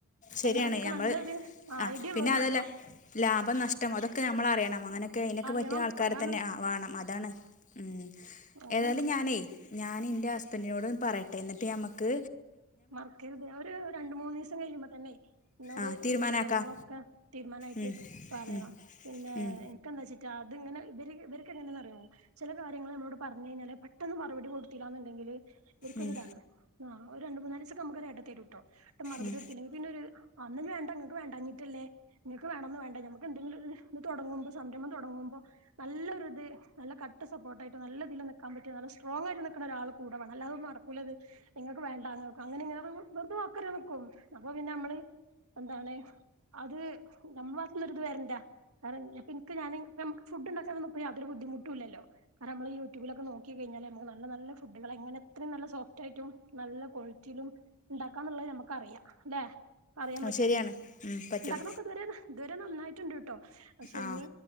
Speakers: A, on the left; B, on the right.
A: ശരിയാണ്
B: അയ്നെപ്പറ്റി ഒക്കെ
A: നമ്മൾ
B: നല്ലൊരു
A: ആ
B: ഐഡിയ
A: പിന്നെ
B: ഇള്ളോര്
A: അതല്ല
B: വേണം
A: ലാഭം നഷ്‌ടം അതൊക്കെ നമ്മളറിയണം അങ്ങനൊക്കെ അതിനൊക്കെ
B: അറിയണം
A: പറ്റിയ ആൾക്കാരെ
B: അതാണ്
A: തന്നെ ആ വേണം അതാണ് ഉം
B: അങ്ങനെണ്ട്
A: ഏതായാലും ഞാനെ ഞാന് ഇൻ്റെ ഹസ്ബൻ്റിനോട് ഒന്ന് പറയട്ടെ ഇന്നിട്ട് ഞമ്മക്ക്
B: മറക്കരുത് ഒരു രണ്ട് മൂന്ന് ദിവസം കഴിയുമ്പോ തന്നെ എന്നോട്
A: ആഹ് തീരുമാനാക്കാം
B: വിവരങ്ങളൊക്കെ തീരുമാനായിട്ട്
A: ഉം
B: പറയണം.
A: ഉം
B: പിന്നെ
A: ഉം
B: എനിക്ക് എന്താച്ചിട്ടാ അതിങ് ഇവര് ഇവർക്ക് എങ്ങനാന്ന് അറിയാവോ ചില കാര്യങ്ങള് നമ്മളോട് പരന് കഴിഞ്ഞാല് പെട്ടെന്ന് മറുപടി കൊടുത്തില്ലാന്ന് ഇണ്ടെങ്കില് ഇവര്ക്ക്
A: ഉം
B: ഒരു ഇതാണ് ആ ഒ രണ്ട് മൂന്നാല് ദിവസൊക്കെ നമ്മക്കൊരു ഇട തരുട്ടോ ട്ടും മറുപടി
A: ഉം
B: കൊടുത്തില്ലെങ്കി പിന്നൊരു അന്ന് ന്ന്ഞ്ഞ് വേണ്ട ഇങ്ങക്ക് വേണ്ടാഞ്ഞിട്ടല്ലേ ഇങ്ങക്ക് വേണോന്നോ വേണ്ട നമ്മക്ക് എന്തെങ്കിലും ഒരു ഇത് തുടങ്ങുമ്പോ സംരഭം തുടങ്ങുമ്പോ നല്ലൊരു ഇത് നല്ല കട്ട സപ്പോർട്ടായിട്ട് നല്ല ഇതില് നിൽക്കാൻ പറ്റിയ നല്ല സ്ട്രോങ്ങ് ആയിട്ട് നിൽക്കണൊരാള് കൂടെ വേണം അല്ലാതെ ഒന്നും നടക്കൂല്ല ഇത് നിങ്ങൾക്ക് വേ ണ്ടാങ്ങക് അങ്ങനെഞാറിമ്പോ വെറുതെ വാക്ക് തരാൻ നിക്കും. അപ്പോ പിന്നെ അമ്മള് എന്താണ് അത് നമ്മളെ ഭാഗത്ത് നിന്നൊരു ഇത് വരണ്ട വേറെ ഇപ്പ ൻക് ഞാനി ഇപ്പ അമ്മക്ക് ഫുഡ് ഇണ്ടാക്കാനൊന്നും ഇപ്പൊ യാതൊരു ബുദ്ധിമുട്ടും ഇല്ലല്ലൊ അത് നമ്മള് യൂട്യൂബിലൊക്കെ നോക്കി കഴിഞ്ഞാല് നമുക്ക് നല്ല നല്ല ഫുഡുകള് എങ്ങനെ എത്ര നല്ല സോഫ്‌റ്റായിട്ടും നല്ല കോളിറ്റിലും ഇണ്ടാക്കാന്ന്ള്ളെ നമ്മക്ക് അറിയാ ല്ലെ പറയാൻ
A: അത്
B: പറ്റും
A: ശരിയാണ് ഉം പറ്റും
B: ഉണ്ടാക്ക നക്ക ഇതുവരെ നന്നായിട്ടു പക്ഷേ
A: ആഹ്
B: നീ